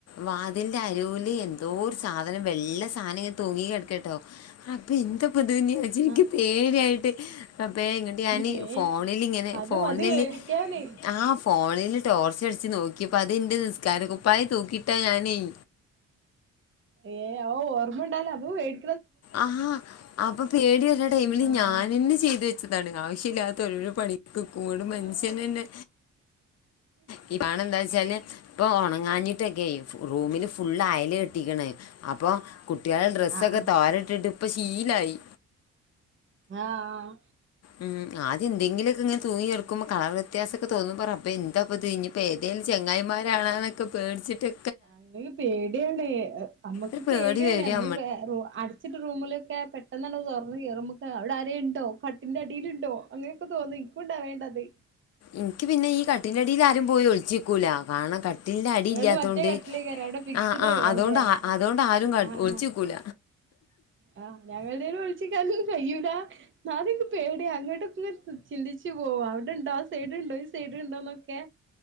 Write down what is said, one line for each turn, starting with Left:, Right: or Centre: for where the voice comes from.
Left: വാതിന്റെ അരുല് എന്തോ ഒരു സാധനം വെള്ള സാനം ഇങ്ങന തൂങ്ങി കടക്കട്ടോ. അപ്പെന്താപ്പത് ന്നച്ച് ൻക്ക്
Right: ആഹ്
Left: പേടിയായിട്ട്. റമ്പേ ഇങ്ട്ട് ഞാന്
Right: മേ
Left: ഫോണിലിങ്ങനെ
Right: അത്
Left: ഫോണില്
Right: മതി പേടിക്കാന്
Left: ആ ഫോണില്. ടോർച്ച അടിച്ച് നോക്കിയപ്പോ അതിന്റെ നിസ്കാരക്കുപ്പായി തൂക്കിയിട്ടതാനാന്നെയ്.
Right: ഏഹ് ഔ ഓർമ്മണ്ടല അപ്പേടി
Left: ആഹ് അപ്പൊ പേടി വര്ണ ടൈമില്
Right: ആഹ്
Left: ഞാനെന്നെ ചെയ്തു വെച്ച താണ് ആവശ്യല്ലാത്ത ഒരരോരോ പണിക്ക്ക്കും
Right: ആഹ്
Left: ന്ന്ട് മനുഷ്യനന്നെ. പ്പണെന്താച്ചാല് പ്പൊ ഉണങ്ങാഞ്ഞിട്ടൊക്കെയ് റൂമില് ഫുള്ള് അയല് കെ ട്ടിക്ക്ണ് അപ്പൊ കുട്ടിയളെ ഡ്രസ്സൊക്കെ
Right: ആഹ് ആഹ്
Left: തോര്ട്ട്ട്ട് പ്പ ശീലായി.
Right: ആഹ് ആഹ്.
Left: ഉം ആദ്യന്തെങ്കിലൊക്കെ ങ്ങ തൂങ്ങിക്കട്ക്കുമ്പോ കവർ. വ്യത്യാസൊക്കെ തോന്നുബോ റമ്പേ എന്താപ്പത് ഇനിപ്പെ ഏതേലു ചെങ്ങായിമാരാണെന്നൊക്കെ പേട്ച്ച്ട്ട്.
Right: മ്മക്ക് പേടിയേണ് നമ്മക്ക്
Left: ഒരു
Right: പേടിയാണ്
Left: പേടി വരും
Right: നമ്മള് വെ റു അട്. ച്ച്ന്റെറൂമിലൊക്കെ പെട്ടെന്നണ്ട് തൊർന്ന് കയറുബൊക്കെ അവിടെ ആരെണ്ടോ കട്ടിന്റെ അടില്ണ്ടോ അങ്ങനെക്കെ തോന്നെ. ഇക്കു ഉണ്ടവണ്ടത്.
Left: ഇന്ക്ക് പിന്നെ ഈ കട്ടിന്റെടിലാരും പോയി ഒള്ച്ചിക്കൂല കാണ ക ട്ടിൽന്റെ അടില്ലാത്തൊണ്ട്
Right: നിങ്ങളത് മറ്റേ കട്ടിലേക്കാരം അവിടെ ഫിക്സ്ഡ്
Left: ആഹ് ആഹ് അതോണ്ട്
Right: ആവുല്ലേ
Left: അ അതോണ്ടാരു
Right: ആഹ്
Left: ഒളിച്ചിക്കൂല.
Right: ആഹ് ആഹ് ഞങ്ങള് ടെലു ഒളിച്ചിക്കനുകയൂല. ന്താലുൻക്ക് പേടിയ അങ്ങട്ടൊക്കെ ഇത് ച്ന്ത്ച്ച് പോവ അവ്ട്ണ്ടോ ആ സൈഡ്ണ്ടോ ഈ സൈഡ്ണ്ടോന്നൊക്കെ.